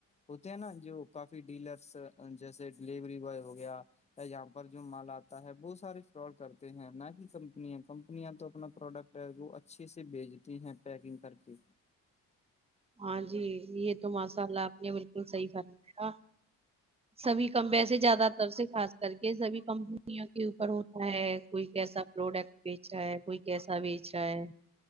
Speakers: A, on the left; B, on the right.
A: ہوتے ہیں نا جو کافی ڈیلرس جیسے ڈیلیوری بوائے ہو گیا یہاں پر جو مال آتا ہے وہ سارے فراڈ کرتے ہیں نہ کی کمپنیاں کمپنیاں تو اپنا پروڈکٹ ہے وہ اچھے سے بھیجتی ہیں پیکنگ کر کے
B: ہاں جی یہ تو ماشاء اللہ آپ نے بالکل صحیح فرم تھا سبھی کم ویسے زیادہ تر سے خاص کر کے سبھی کم دنیا کے اوپر ہو ہے کوئی کیسا پروڈکٹ بیچ رہا ہے کوئی کیسا بیچ رہا ہے